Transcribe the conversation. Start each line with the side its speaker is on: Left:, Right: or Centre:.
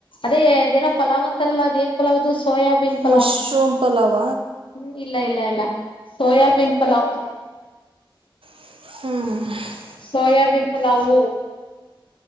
Left: ಅದೇ ೇನ ಪಲಾವ್ಂತಾರಲ್ಲ ಅದ ಏನ್ ಪಲಾವ ಅದು ಸೋಯಾಬೀನ್ ಪಲಾವ್
Right: ಮಶ್ರೂಮ ಪುಲಾವ
Left: ಹ್ಮ್ ಇಲ್ಲ ಇಲ್ಲ ಇಲ್ಲ ಸೋಯಾಬೀನ್ ಪಲಾವ್
Right: ಹ್ಮ್
Left: ಸೋಯಾಬೀನ್ ಪಲವುವು